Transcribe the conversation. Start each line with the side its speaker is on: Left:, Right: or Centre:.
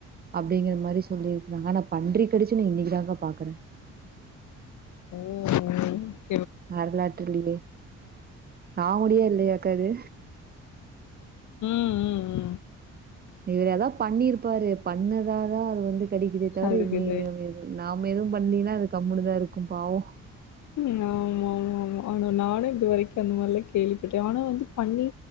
Right: அப்டிங்கிற மாரி சொல்லிருக்கிறாங்க ஆனா பன்றிக் பிரிச்சி நீ இன்னக்கி தா க்கா பாக்குறே
Left: ஓ ஓ
Right: வரலாற்றுலயே காமுடியா இல்லையாக்கா கது
Left: உ உ உ
Right: இவுறு எதாவ பண்ணிருப்பாரு பண்ணதா தா அது வந்து கடிக்கிதே தவிர
Left: அதுக்கு
Right: எ நீ
Left: இந்த
Right: நாம எது பண்ணீநா அது கம்முனுதா இருக் கும்பாவோ
Left: ஆ மா மா மா ஆனா நானே இது வரைக்கு அந்த மாரிலா கேள்விப்பட்டே ஆனா வந்து பண்ணி